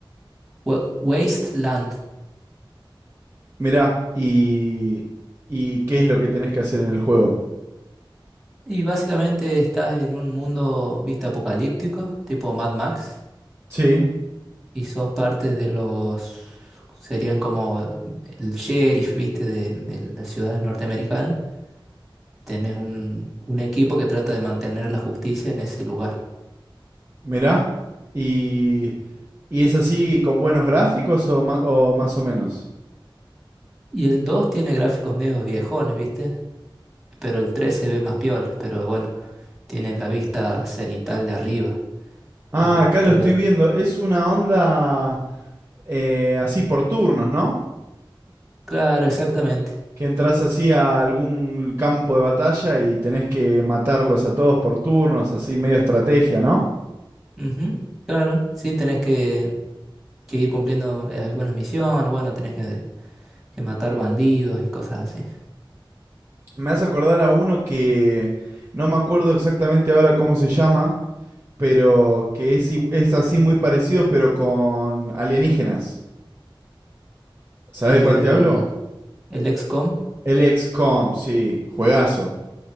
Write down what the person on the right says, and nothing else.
Mirá, y, y qué es lo que tenés que hacer en el juego.
Sí,
mirá. ¿Y, y es así con buenos gráficos o, ma- o más o menos?
Ah,
acá
lo estoy viendo. Es una onda eh, así por turnos, ¿no?
Que entras así a algún campo de batalla y tenés que matarlos a todos por turnos, así medio estrategia, ¿no?
Me hace acordar a uno que no me acuerdo exactamente ahora cómo se llama, pero que es, i- es así muy parecido, pero con alienígenas. ¿Sabés
de cuál te hablo?
El XCOM, sí, juegazo.